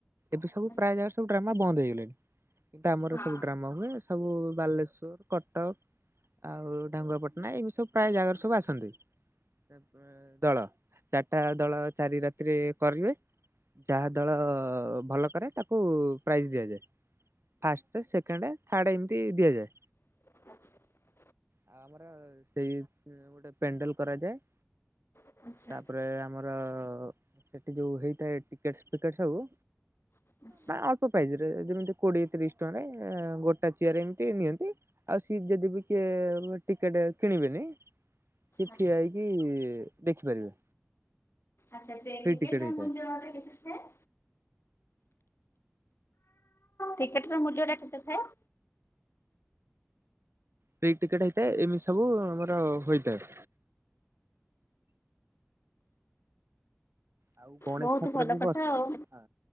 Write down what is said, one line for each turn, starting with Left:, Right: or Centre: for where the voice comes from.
Right: ଏବେ ସବୁ
Left: ଆଚ୍ଛା
Right: ପ୍ରାୟ ଯାଗ ସବୁ ଡ୍ରାମା ବନ୍ଦ ହେଇଗଲେଣି କିନ୍ତୁ ଆମର
Left: ହଁ
Right: ସବୁ ଡ୍ରାମା ହୁଏ। ସବୁ ବାଲେଶ୍ଵର କଟକ ଆଉ ଢାଙ୍ଗୁଆପାଟଣା ଏମିତି ସବୁ ପ୍ରାୟ ଜାଗାରେ ସବୁ ଆସନ୍ତି। ତାପ ଦଳ ଚାରିଟା ଦଳ ଚାରି ରାତିରେ କରିବେ ଯାହା ଦଳ ଭଲ କରେ ତାକୁ ପ୍ରାଇଜ ଦିଆଯାଏ। ଫାଷ୍ଟ ସେକେଣ୍ଡ ଥାର୍ଡ ଏମିତି ଦିଆଯାଏ।
Left: ଆଚ୍ଛା
Right: ଆଉ ଆମର ସେଇ ଗୋଟେ ପେଣ୍ଡେଲ କରାଯାଏ।
Left: ଆଚ୍ଛା
Right: ତାପରେ ଆମର ସେଠି ଯୋଉ ହେଇଥାଏ। ଟିକେଟ ଫିକେଟ ସବୁ
Left: ଆଚ୍ଛା
Right: ନାଁ ଅଳ୍ପ ପ୍ରାଇଜିରେ ଯେମିତି କୋଡିଏ ତିରିଶ ଟଙ୍କାରେ ଗୋଟା ଚିଆର ଏମିତି ନିଅନ୍ତି। ଆଉ ସିଏ ଯଦି ବି କିଏ ଟିକେଟ କିଣିବେନି ସେ
Left: ଆଚ୍ଛା
Right: ଠିଆ ହେଇକି କି ଦେଖିପାରିବେ।
Left: ଆଚ୍ଛା ସେ
Right: ଫ୍ରି
Left: ଟିକେଟର
Right: ଟିକେଟ ହେଇଥାଏ
Left: ମୁଁ ଯୁଆଡ଼େ ଦେଖିଥାଏ। ଟିକେଟର ମୂଲ୍ୟଟା କେତେ ଥାଏ?
Right: ଫ୍ରି ଟିକେଟ ହେଇଥାଏ। ଏମିତି ସବୁ ଆମର ହୋଇଥାଏ। ଆଉ ଗଣେଶ
Left: ବହୁତ
Right: ଠାକୁର
Left: ଭଲ
Right: ବି
Left: କଥା
Right: ବସ୍
Left: ଆଉ।
Right: ହଁ।